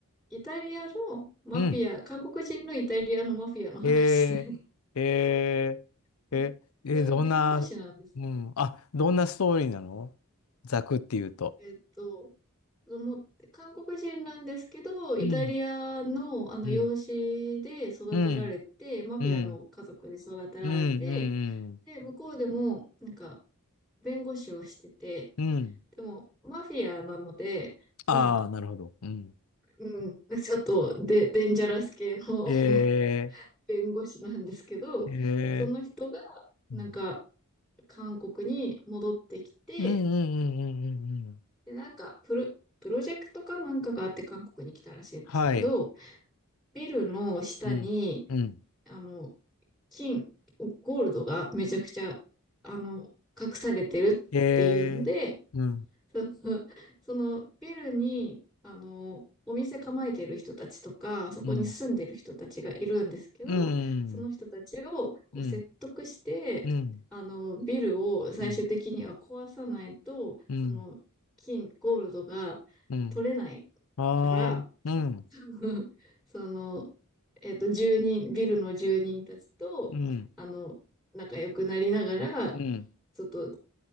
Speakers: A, in the centre; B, on the left.
A: イタリアのマフィア、
B: うん。
A: 韓国人のイタリアのマフィアの話で
B: えー、えー、え、
A: <laughs>
B: え、
A: それ弁護士なんです。
B: どんな、うん。あ、どんなストーリーなのざくっていうと。
A: えっと、子供って、韓国人なんですけど、イタリアの、
B: うん。
A: あの養子で育てられて、
B: うん。うん。
A: マフィアの家族で育てられて、
B: うん。うん、うん、
A: で、向こうでも、なんか、弁護士をしてて、
B: うん。うん。
A: でも、マフィアなので、
B: ああ、
A: まあ、
B: なるほど。うん。
A: うん、ちょっとデ、デンジャラス系の
B: え
A: <laughs> 弁護士なんですけど、
B: ー、え
A: その人が、なんか、
B: ー、うん、
A: 韓国に戻ってきて、
B: うん、うん、うん、うん。うん
A: で、なんか、プロ、プロジェクトかなんかがあって韓国に来たらしいんですけど、
B: はい。
A: ビルの下に、
B: うん、うん。
A: あの、金、ゴールドがめちゃくちゃ、あの、隠されてるっていうので、
B: えー、うん、
A: その、そのビルに、あの、お店構えてる人たちとか、そこに住んでる人たちがいるんですけど、
B: うん、うん、
A: その人たちをこう説得して、
B: うん、うん、
A: あの、ビルを最終的には壊さないと、
B: うん、うん、
A: その、金、ゴールドが
B: うん。
A: 取れないから、
B: ああ、うん、
A: <laughs> その、えっと、住人、ビルの住人たちと、
B: うん、
A: あの、仲良くなりながら、
B: うん、
A: ちょっと、